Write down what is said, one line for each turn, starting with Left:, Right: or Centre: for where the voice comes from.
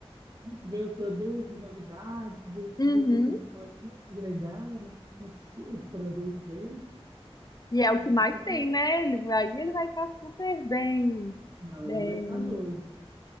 Right: ver os produtos, novidades, ver,
Left: Uhum.
Right: ver o que, que ele pode, né, agregar, né, nos, os produtos dele.
Left: E é o
Right: Acho
Left: que mais
Right: que tá querendo.
Left: tem, né? Ele vai, aí ele vai estar super bem,
Right: Não,
Left: bem.
Right: ele vai ficar doido.